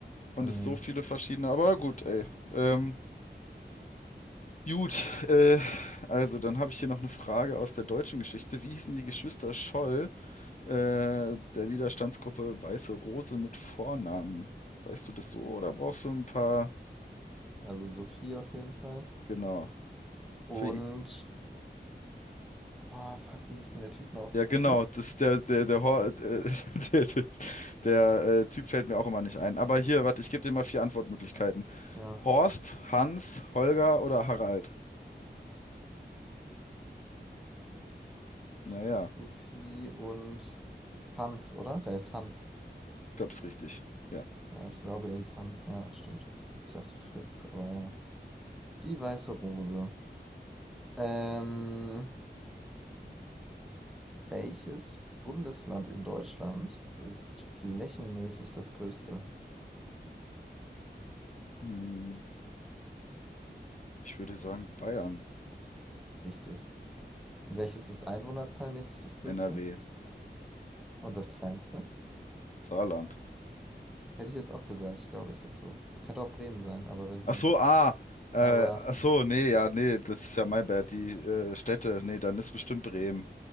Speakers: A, on the left; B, in the centre.
A: und
B: Mhm.
A: es so viele verschiedene. Aber gut, ey. Ähm, Gut, äh, also dann habe ich hier noch eine Frage aus der deutschen Geschichte. Wie hießen die Geschwister Scholl, äh, der Widerstandsgruppe Weiße Rose mit Vornamen? Weißt du das so oder brauchst du ein paar?
B: Also Sophie auf jeden Fall.
A: Genau.
B: Und,
A: Für, i-
B: oh, fuck, wie hieß denn der Typ noch?
A: ja, genau.
B: Fritz?
A: Das, der, der, der, Hor- äh, <laughs> der, der, der äh, Typ fällt mir auch immer nicht ein. Aber hier, warte, ich gebe dir mal vier Antwortmöglichkeiten.
B: Ja,
A: Horst, Hans, Holger oder Harald? Naja,
B: Sophie und Hans, oder? Der ist Hans.
A: glaub's richtig. Ja.
B: Ja, ich glaube, der hieß Hans. Ja, stimmt. Ich dachte Fritz, aber ja. Die weiße Rose. Ähm, welches Bundesland in Deutschland ist flächenmäßig das größte?
A: Hm, ich würde sagen Bayern,
B: Richtig. Und welches ist einwohnerzahlmäßig das größte
A: NRW,
B: und das kleinste?
A: Saarland.
B: Hätte ich jetzt auch gesagt, ich glaube, ist auch so. Könnte auch Bremen sein, aber weiß ich
A: Ach
B: nicht.
A: so, ah, äh,
B: Aber
A: ach so, nee, ja, nee, das ist ja mein Bad, die äh, Städte, nee, dann ist bestimmt Bremen.